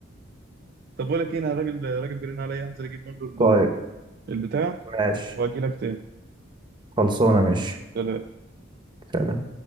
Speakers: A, on the right; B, on the right.
A: طب بقول لك ايه انا راجل راجل جرينا عليا هنزل اجيب منه ال-
B: طيب
A: البتاع
B: ماشي
A: واجي لك
B: خلصانة ماشي
A: تاني
B: سلام